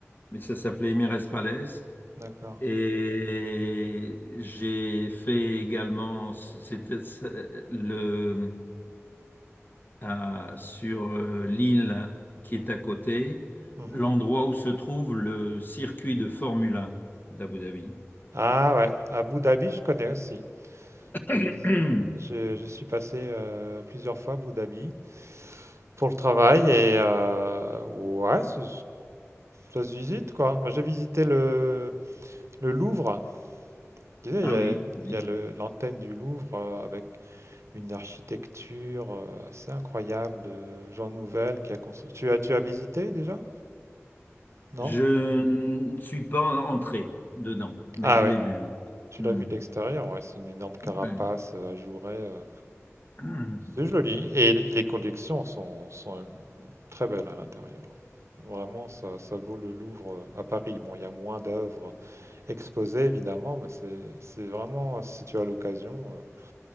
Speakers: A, on the left (about 40°); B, on the right (about 65°).
A: Mais ça s'appelait Emirates Palace.
B: D'accord.
A: Et j'ai fait également, c'était le à- sur euh, l'île qui est à côté,
B: Mhm.
A: l'endroit où se trouve le circuit de Formule 1 d'Abu Dhabi.
B: Ah ouais, Abu Dhabi, je connais aussi.
A: <clears throat>
B: J'ai visi- Je, je suis passé euh, plusieurs fois à Abu Dhabi pour le travail et euh, ouais, c'est- ça se visite quoi. Moi j'ai visité le, le Louvre. Tu sais,
A: Ah
B: il y a,
A: oui,
B: il
A: oui.
B: y a le- l'antenne du Louvre euh, avec une architecture euh, assez incroyable de Jean Nouvel qui a construit. Tu as, tu as visité déjà? Non?
A: Je ne suis pas entré dedans, mais
B: Ah
A: je
B: ouais,
A: l'ai vu. oui.
B: tu
A: Hmm,
B: l'as vu de l'extérieur, ouais, c'est une énorme carapace
A: ouais.
B: euh, ajourée. euh,
A: Hum,
B: C'est joli. Et les les collections sont, sont, euh, très belles à l'intérieur. Vraiment, ça, ça vaut le Louvre euh, à Paris. Bon, il y a moins d'œuvres exposées, évidemment, mais c'est, c'est vraiment, euh, si tu as l'occasion, euh,